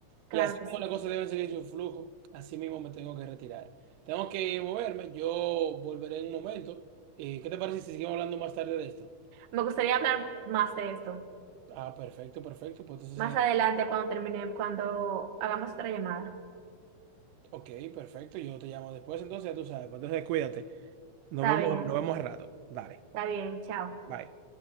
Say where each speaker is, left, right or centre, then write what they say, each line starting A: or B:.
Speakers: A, on the right; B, on the right.
A: claro
B: Y así
A: que
B: como
A: sí.
B: las cosas deben seguir su flujo, así mismo me tengo que retirar. Tengo que moverme, yo volveré en un momento. Eh, ¿qué te parece si seguimos hablando más tarde de esto?
A: Me gustaría hablar más de esto,
B: Ah, perfecto, perfecto. Pues entonces,
A: más adelante
B: eh,
A: cuando termine, cuando hagamos otra llamada.
B: ok, perfecto. Yo te llamo después, entonces ya tú sabes. Pues entonces cuídate. Nos
A: Está
B: vemos,
A: bien,
B: nos vemos al rato. Dale,
A: está bien, chao.
B: bye.